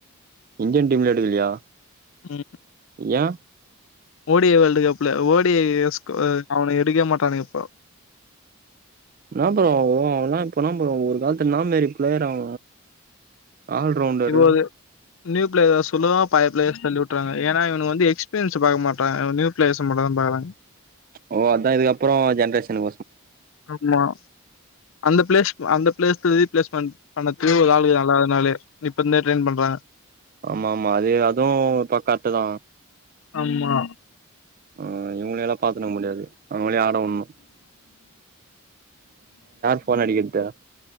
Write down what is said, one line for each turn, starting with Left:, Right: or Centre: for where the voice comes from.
Right: இந்தியன் டீம்ல எடுக்கலியா
Left: ம்.
Right: ஏ
Left: ஓ டி யே வேர்ல்டு கப்ல ஓ டி டே அவன எடுக்கவே மாட்டானுக இப்போ
Right: <inaudible> என்ன ப்ரோ அவல்லா இப்ப நா ப்ரோ ஒரு காலத்து என்னா மேரி பிளேயர் அவ ஆல்ரவுண்டரு
Left: இப்போ அது நியூ பிளேயர்ஸ் செல்லு பயபுள்ள சொல்லி விட்டுறாங்க ஏன்னா இவ வந்து எஸ்பீரியன்ஸ் பாக்க மாட்ராக நியூ பிளேயர்ஸ் மட்டு தா பாக்குறாங்க
Right: ஓ அதா இதுக்கப்புறோ ஜென்ரேஷன்
Left: ஆமா அந்த பிளேஸ் அந்த பிளேஸ் ரிப்லேஸ்மென்ட் பண்ணத்துல ஒரு ஆளுக்கு நல்லாதுனால இப்ப இருந்தே ட்ரெயின் பண்றாங்க
Right: ஆமா ஆமா அது அதுவு கரெக்டு தா
Left: ஆமா
Right: அ இவங்கள எல்லா பாத்துட முடியாது அவங்களயு ஆடவிடணு ஃபோன் அடிக்கிறது